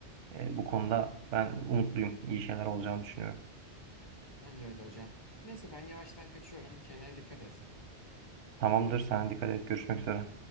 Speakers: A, on the right; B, on the left.
A: E, bu konuda ben umutluyum. İyi şeyler olacağını düşünüyorum.
B: Ben de öyle hocam. Neyse ben yavaştan kaçıyorum. Kendine dikkat et.
A: Tamamdır. Sen dikkat et. Görüşmek üzere.